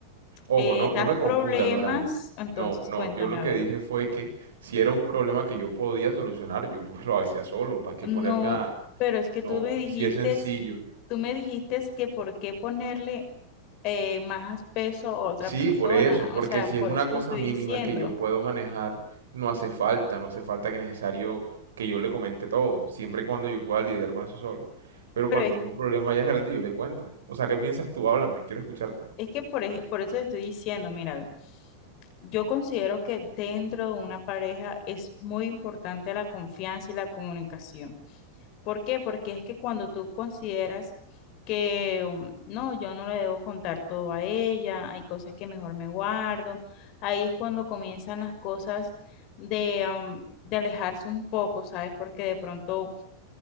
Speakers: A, on the right (about 65°); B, on the left (about 40°).
A: Ojo,
B: eh,
A: no, no
B: das
A: me confundas,
B: problemas?
A: Doranis.
B: Entonces,
A: No, no,
B: cuéntame,
A: yo lo
B: a
A: que
B: ver.
A: dije fue que si era un problema que yo podía solucionar, yo <laughs> pues lo hacía solo, ¿para qué
B: No,
A: ponerme a...
B: pero es que
A: No,
B: tú me dijiste,
A: si es sencillo.
B: tú me dijiste que por qué ponerle eh, más peso a otra
A: Sí,
B: persona,
A: por eso, porque
B: o sea,
A: si
B: por
A: es una
B: eso
A: cosa
B: te estoy
A: mínima
B: diciendo.
A: que yo puedo manejar, no hace falta, no hace falta que necesario que yo le comente todo, siempre y cuando yo pueda lidiar con eso solo. Pero
B: Pero
A: cuando
B: es
A: es un problema ya grande, yo le cuento. O sea, ¿qué piensas tú? Háblame, quiero escucharte.
B: Es que por, ej- por eso te estoy diciendo, mira, ve, yo considero que dentro de una pareja es muy importante la confianza y la comunicación. ¿Por qué? Porque es que cuando tú consideras que um, no, yo no le debo contar todo a ella, hay cosas que mejor me guardo, ahí es cuando comienzan las cosas de, um, de alejarse un poco, ¿sabes? Porque de pronto